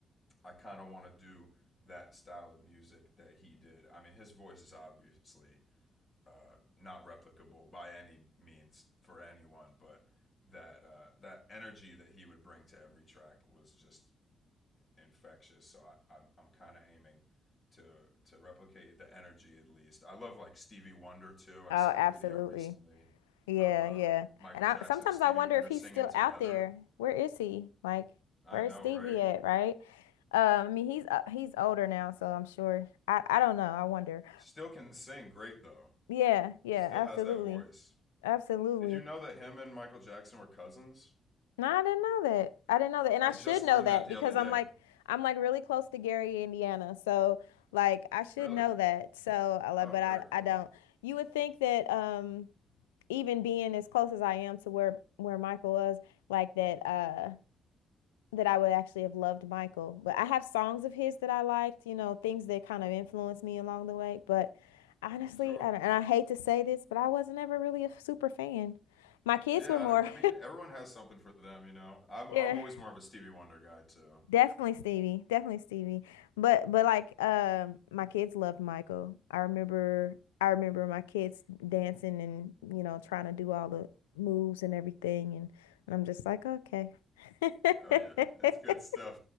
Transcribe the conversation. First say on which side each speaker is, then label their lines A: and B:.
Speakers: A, on the left; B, on the left.
A: I kind of want to do that style of music that he did. I mean, his voice is obviously uh, not replicable by any means for anyone, but that uh, that energy that he would bring to every track was just infectious. So I, I'm I'm kind of aiming to to replicate the energy at least. I love like Stevie Wonder too. I
B: Oh,
A: saw
B: absolutely.
A: a video recently
B: Yeah,
A: of uh,
B: yeah.
A: Michael
B: And I
A: Jackson
B: sometimes
A: and Stevie
B: I wonder
A: Wonder
B: if he's
A: singing
B: still
A: together.
B: out there. Where is he? Like,
A: I
B: where's
A: know,
B: Stevie
A: right?
B: at, right? Um, I mean, he's uh, he's older now, so I'm sure. I I don't know. I wonder.
A: Still can sing great though.
B: Yeah, yeah,
A: He still
B: absolutely.
A: has that voice.
B: Absolutely.
A: Did you know that him and Michael Jackson were cousins?
B: No, I didn't know that. I didn't know that. And
A: I
B: I should
A: just
B: know
A: learned
B: that
A: that the
B: because
A: other day.
B: I'm like I'm like really close to Gary, Indiana. So, like I should
A: Really?
B: know that. So, I like,
A: Oh,
B: but I
A: very cool.
B: I don't. You would think that um even being as close as I am to where where Michael was like that uh that I would actually have loved Michael, but I have songs of his that I liked, you know, things that kind of influenced me along the way. But honestly,
A: Sure.
B: I don't, and I hate to say this, but I wasn't ever really a super fan. My kids
A: Yeah,
B: were more,
A: I, don't- I mean, everyone has something for them, you know. I'm
B: <laughs> yeah,
A: I'm always more of a Stevie Wonder guy too.
B: definitely Stevie, definitely Stevie. But but like, um, my kids loved Michael. I remember, I remember my kids dancing and you know trying to do all the moves and everything, and, and I'm just like, okay. <laughs>
A: Oh yeah, <laughs> it's good stuff.